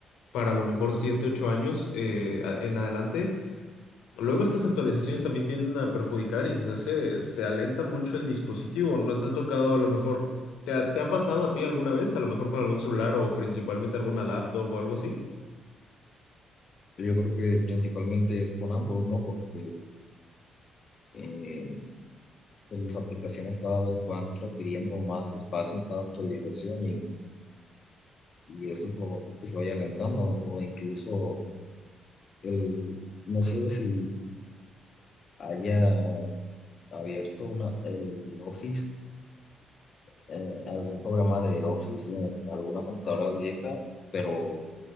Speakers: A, on the left (about 85°); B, on the left (about 50°).
A: para a lo mejor 7 8 años eh, a- en adelante, luego estas actualizaciones también tienden a perjudicar y se hace- se alenta mucho el dispositivo. ¿No te ha tocado a lo mejor, te ha, te ha pasado a ti alguna vez, a lo mejor con algún celular o principalmente alguna laptop o algo así?
B: Yo creo que principalmente es con ambos, ¿no? Porque eh, pues, las aplicaciones cada vez van requiriendo más espacio en cada actualización y, y eso provoca que se vaya alentando o incluso el, no sé si hayas abierto una, el Office, eh, algún programa de Office en alguna computadora vieja, pero